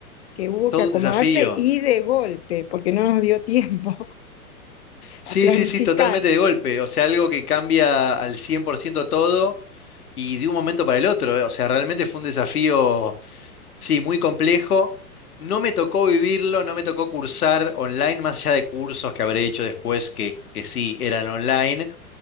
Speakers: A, on the left; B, on the left.
A: que hubo
B: Todo
A: que acomodarse
B: un desafío.
A: y de golpe, porque no nos dio tiempo <laughs>
B: Sí,
A: a planificar.
B: sí, sí, totalmente de golpe. O sea, algo que cambia al 100% todo y de un momento para el otro. eh. O sea, realmente fue un desafío, sí, muy complejo. No me tocó vivirlo, no me tocó cursar online, más allá de cursos que habré hecho después que, que sí eran online,